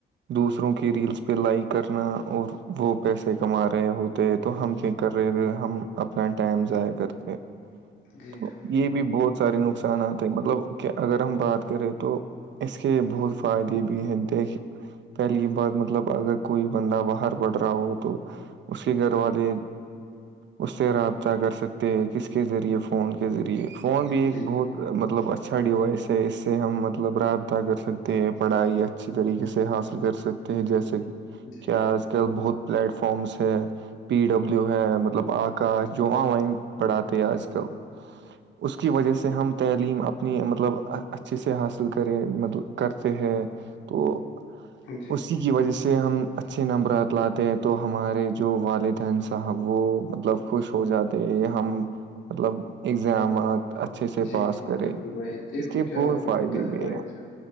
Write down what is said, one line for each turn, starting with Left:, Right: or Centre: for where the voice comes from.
Right: دوسروں کے ریلس پہ لائک کرنا اور وہ پیسے کما رہے ہوتے تو ہم کر رہے تھے ہم اپنا ٹائم ضائع کرتے
Left: جی
Right: تو
Left: ہاں بالکل
Right: یہ بھی بہت سارے نقصانات ہیں مطلب کہ اگر ہم بات کریں تو اس کے بہت فائدے بھی ہیں <inaudible> <inaudible> پہلی بات مطلب اگر کوئی بندہ باہر پڑ رہا ہو تو اس کے گھر والے اس سے رابطہ کر سکتے ہیں کس کے ذریعے فون کے ذریعے فون بھی
Left: بھائی
Right: ایک
Left: جی
Right: بہت مطلب اچھا ڈیوائس ہے اس سے ہم مطلب رابطہ کر سکتے ہیں پڑھائی اچھی طریقے سے حاصل کر سکتے ہیں جیسے
Left: جی
Right: کیا اس کا بہت پلیٹ فارم سے ہے- پی ڈبلیو ہے مطلب آکاش جو آن لائن پڑھاتے ہیں آج کل- اس کی
Left: جی
Right: وجہ سے سے ہم تعلیم اپنی مطلب اچھے سے حاصل کریں م کرتے ہیں- تو
Left: جی
Right: اسی کی وجہ سے ہم اچھے نمبرات لاتے ہیں تو ہمارے جو والدین صاحب وہ مطلب- خوش ہو جاتے ہیں ہم مطلب اگزامات- اچھے سے
Left: جی-
Right: پاس
Left: جی بالکل
Right: کریں اس
Left: بھائی دیکھو
Right: کے
Left: کیا
Right: بہت
Left: ہوتا
Right: فائدے
Left: ہے
Right: بھی
Left: بھائی-
Right: ہیں